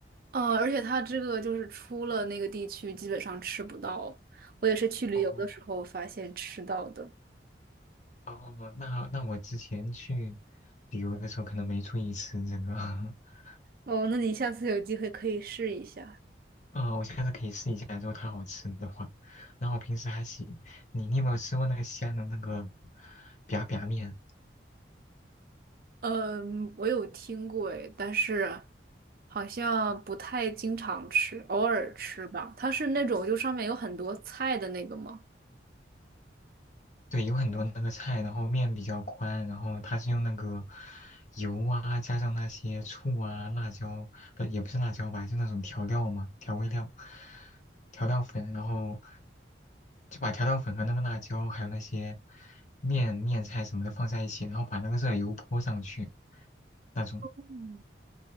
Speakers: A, on the right (about 50°); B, on the left (about 40°).
A: 嗯，而且它这个就是出了那个地区，基本上吃不到。我也是去旅游的时候发现吃到的。
B: 哦哦，那那我之前去旅游的时候可能没注意吃这个，<laughs>
A: 哦，那你下次有机会可以试一下。
B: 啊、我下次可以试一下，如果它好吃的话。然后我平时还行，你你有没有吃过那个西安的那个 biang biang 面？
A: 嗯，我有听过诶，但是好像不太经常吃，偶尔吃吧。它是那种就上面有很多菜的那个吗？
B: 对，有很多那个菜，然后面比较宽，然后它是用那个油啊，加上那些醋啊、辣椒，不，也不是辣椒吧，就那种调料嘛，调味料、调料粉，然后就把调料粉和那个辣椒还有那些面面菜什么的放在一起，然后把那个热油泼上去，那种。
A: 嗯，